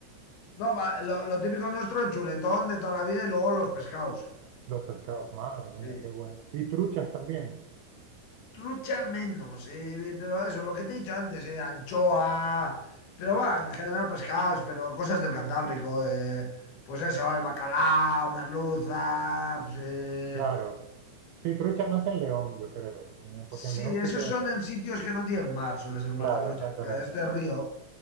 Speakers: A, on the left (about 65°); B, on the right (about 75°).
A: No, va- lo, lo típico nuestro, el chuletón de toda la vida y luego los pescados.
B: Los pescados, madre mía,
A: Sí.
B: qué bueno. Y truchas también.
A: Trucha menos, eh, pero eso, lo que te he dicho antes, eh, anchoa, pero
B: Vale,
A: va, en general pescados, pero cosas del Cantábrico, eh, pues eso, el bacalao, merluza, pues, eh,
B: claro. Sí, trucha más en León, yo creo. eh,
A: Sí,
B: Porque en León sí
A: esos
B: que.
A: son en sitios que no tienen mar, suele ser más
B: Claro,
A: la trucha,
B: exactamente.
A: porque de este río.